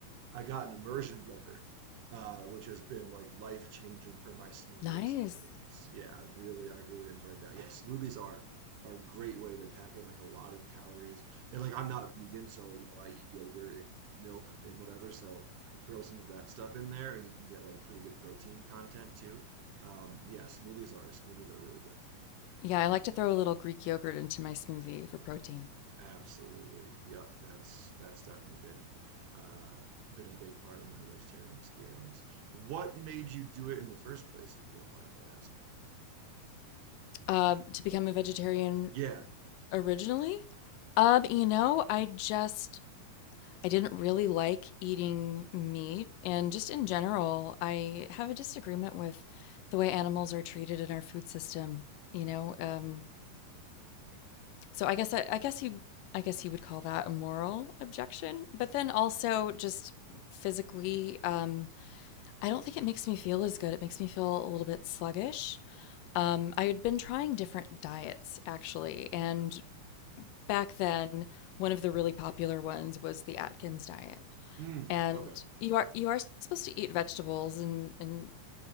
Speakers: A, on the right; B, on the left.
A: I got an immersion blender, uh, which has been like life changing for my smoothie
B: Nice.
A: experience. Yeah, I've really I've really enjoyed that. Yeah, smoothies are are a great way to pack in like a lot of calories. And like I'm not vegan, so you know I eat yogurt and milk and whatever. So throw some of that stuff in there, and you can get like pretty good protein content too. Um, yeah, smoothies are smoothies are really good.
B: Yeah, I like to throw a little Greek yogurt into my smoothie for protein.
A: Absolutely. Yep. That's that's definitely been uh, been a big part of my vegetarian experience. What made you do it in the first place, if you don't mind my asking?
B: Um, to become a vegetarian
A: Yeah.
B: originally, um, you know, I just I didn't really like eating meat, and just in general, I have a disagreement with the way animals are treated in our food system. You know, um, so I guess I, I guess you I guess you would call that a moral objection, but then also just physically, um, I don't think it makes me feel as good. It makes me feel a little bit sluggish. Um, I had been trying different diets actually, and back then, one of the really popular ones was the Atkins diet.
A: Mm,
B: And
A: okay.
B: you are you are supposed to eat vegetables and and